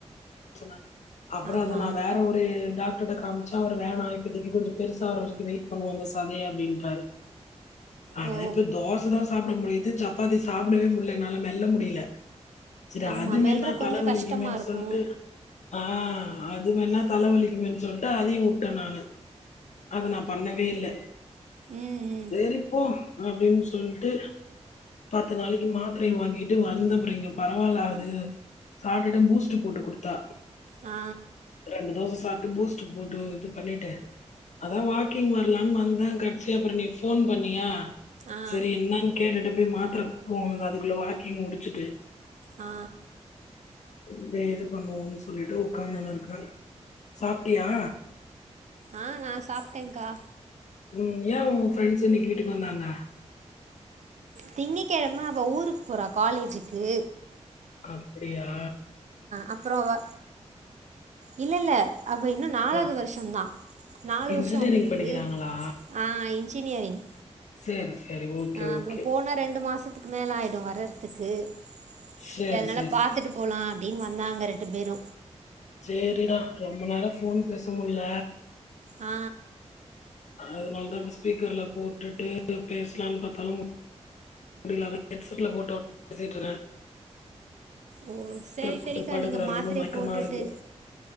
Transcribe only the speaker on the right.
ஆமா
ஓ
ஆமா
மெல்றக்
கொஞ்ச
கஷ்டமா இருக்கு
ம் ம்
ஆ
ஆ
ஆ
ஆ நா சாப்ட்டேங்கா
திங்கக்கெழம அவ ஊருக் போறா காலேஜுக்கு
அப்றொ அவ இல்லல்ல அவ இன்னு நாலாவது
வருஷந்தா நாலு
வருஷொ அவளுக்கு
ஆ இன்ஜினியரிங்
அ அப்றொ
போனா ரெண்டு மாசத்துக் மேல ஆயிடு வர்றதுக்கு சர்
அதனால
பாத்துட்டு
போலா அப்டின் வந் நாங்க ரெண்டு பேரு
ஆ
ஓ செரி
செரிக்கா
நீங்க மாத்திரய
போட்டுட்டு